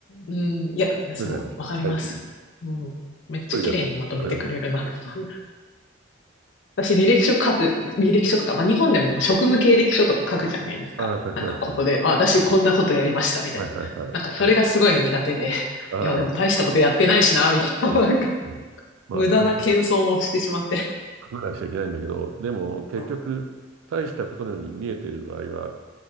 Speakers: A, on the left; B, on the right.
A: うん。いや、そう、
B: どうなりました最近。
A: わかります。
B: 一
A: うん。めっちゃ綺麗にまとめてくれるなとか。
B: 人でやってる。あれだと。
A: <laughs> 私、履歴書書く、履歴書とか、まあ、日本でも職務経歴書とか書くじゃないですか。
B: ああ、書きますね。
A: なんか、ここで、あ、私こんなことやりました、
B: うん
A: みたいな。
B: はいはいはい。
A: なんか、それがすごい苦手で、
B: はい、ああ、
A: いや、でも大したことやってないしな、みたいな。
B: うん。
A: <laughs> なんか、
B: うん。まあ、
A: 無駄な謙遜をしてしまって。
B: 大したこと書かなくちゃいけないんだけど、でも結局、
A: そ
B: 大したことのように見えてる場合は、